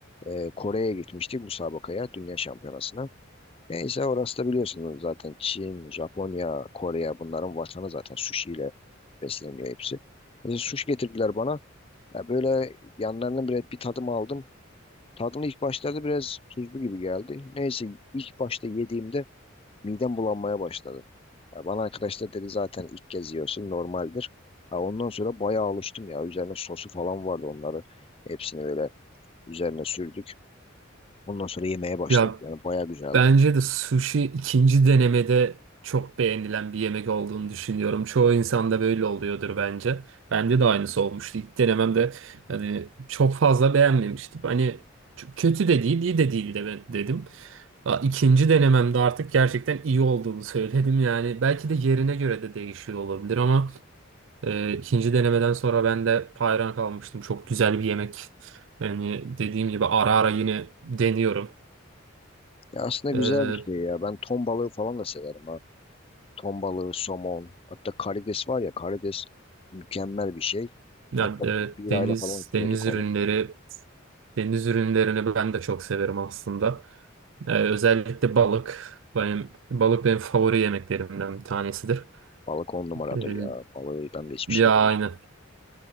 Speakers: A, on the left; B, on the right.
A: e, Kore'ye gitmiştik müsabakaya dünya şampiyonasına. Neyse orası da biliyorsunuz zaten Çin, Japonya, Kore bunların vatanı zaten sushi ile besleniyor hepsi. Neyse sushi getirdiler bana. Ya böyle yanlarının bile bir tadım aldım. Tadını ilk başlarda biraz tuzlu gibi geldi. Neyse ilk başta yediğimde midem bulanmaya başladı. Ya bana arkadaşlar dedi zaten ilk kez yiyorsun normaldir. Ha, ondan sonra bayağı alıştım ya. Üzerine sosu falan vardı onları. Hepsini böyle üzerine sürdük. Ondan sonra yemeye başladık.
B: Ya
A: Yani bayağı güzeldi.
B: bence de sushi ikinci denemede çok beğenilen bir yemek olduğunu düşünüyorum. Çoğu insanda böyle oluyordur bence. Bende de aynısı olmuştu. İlk denememde hani çok fazla beğenmemiştim. Hani çok kötü de değil, iyi de değil de ben- dedim. Ha, İkinci denememde artık gerçekten iyi olduğunu söyledim. Yani belki de yerine göre de değişiyor olabilir ama Ee, ikinci denemeden sonra ben de hayran kalmıştım. Çok güzel bir yemek. Yani dediğim gibi ara ara yine deniyorum.
A: Ya aslında güzel
B: Ee,
A: bir şey ya. Ben ton balığı falan da severim ha. Ton balığı, somon. Hatta karides var ya karides mükemmel bir şey.
B: ya,
A: Hatta
B: e,
A: biz birayla
B: deniz
A: falan içiyorduk
B: deniz ürünleri
A: onu.
B: deniz ürünlerini ben de çok severim aslında. Ee, özellikle balık. Benim balık benim favori yemeklerimden bir tanesidir.
A: Balık on numaradır
B: Ee,
A: ya. Balığından da hiçbir şey
B: ya
A: demiştim.
B: aynen.